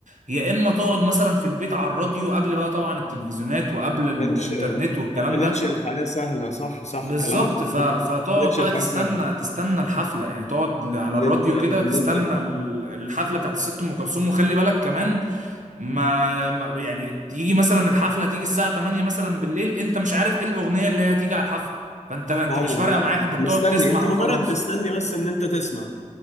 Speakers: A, on the right; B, on the left.
A: يا اما تقعد مثلا في البيت على الراديو قبل بقى طبعا التلفزيونات وقبل الانترنت
B: كانش ما
A: والكلام
B: كانتش
A: ده
B: الحياة سهلة صح صح
A: بالظبط
B: كلامك مظبوط
A: ف... فتقعد
B: ما كانتش
A: بقى
B: الحياة
A: تستنى
B: سهلة
A: تستنى الحفله يعني تقعد على
B: ان
A: الراديو
B: انت ان
A: كده تستنى
B: انت
A: ال- الحفله بتاعت الست ام كلثوم وخلي بالك كمان ما... ما يعني يجي مثلا الحفله تيجي الساعه 8 مثلا بالليل انت مش عارف ايه الاغنيه اللي هي هتيجي على الحفله فانت انت
B: خالص
A: مش فارقه
B: لا
A: معاك انت بتقعد
B: مستني
A: تسمع
B: انت
A: وخلاص
B: مجرد مستني بس ان انت تسمع